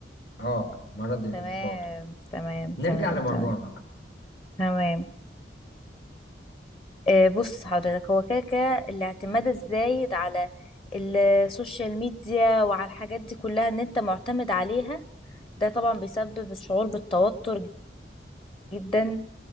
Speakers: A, on the left; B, on the left.
A: اه مرض الانكار
B: تمام تمام
A: نرجع
B: تمام
A: لمرجوعنا
B: تمام تمام آه، بص حضرتك هو كده كده الاعتماد الزايد على السوشيال ميديا وعلى الحاجات دي كلها ان انت معتمد عليها ده طبعا بيسبب الشعور بالتوتر جدا